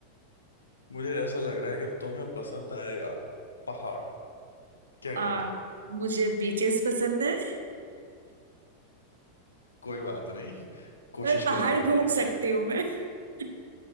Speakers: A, on the left (about 75°); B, on the right (about 70°).
A: मुझे ऐसा लग रहा है कि तुम्हें पसंद आएगा पहाड़ क्या कहती
B: आ,
A: हो?
B: मुझे बीचेस पसंद है
A: कोई बात नहीं कोशिश
B: पर
A: करी
B: पहाड़
A: गई
B: घूम
A: थी एक
B: सकती हूँ मैं <laughs>